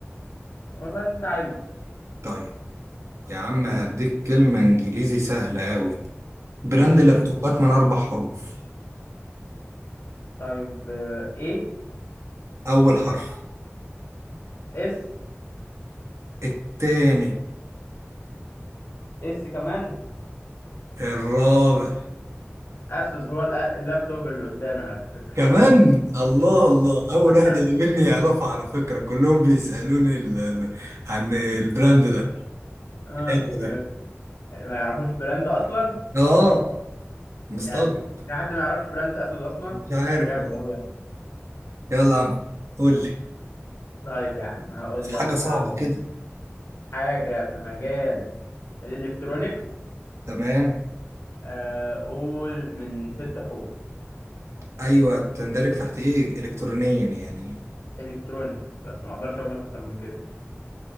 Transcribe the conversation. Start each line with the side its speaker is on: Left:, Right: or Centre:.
Left: والله اللي انت عايزه
Right: طيب يا عم هديك كلمه انجليزي سهله قوي براند
Left: امم
Right: لابتوبات من اربع حروف
Left: طيب آه، ايه
Right: اول حرف
Left: اس
Right: التاني
Left: اس كمان
Right: الرابع
Left: اسوس هو الأ- اللابتوب اللي قدامي على فكره
Right: كمان الله الله اول
Left: <laughs>
Right: واحد يقابلني يعرفه على فكرة كلهم بيسألوني ال... ال- عن البراند ده
Left: آه،
Right: البراند ده
Left: آه، ما يعرفوش البراند اصلا
Right: اه مستغرب
Left: يعني في حد ما يعرفش براند اسود اصلا
Right: مش عارف
Left: هو جامد
Right: والله
Left: قوي يعني
Right: يلا يا عم قول لي
Left: طيب يا عم هقول
Right: في
Left: لك
Right: حاجة صعبة
Left: آه،
Right: كده
Left: حاجه في مجال الالكترونيكس
Right: تمام
Left: آه، قول من ست حروف
Right: ايوه تندرج تحت ايه الكترونيا يعني
Left: الكترونيكس بس ما اقدرش اقول لك اكتر من كده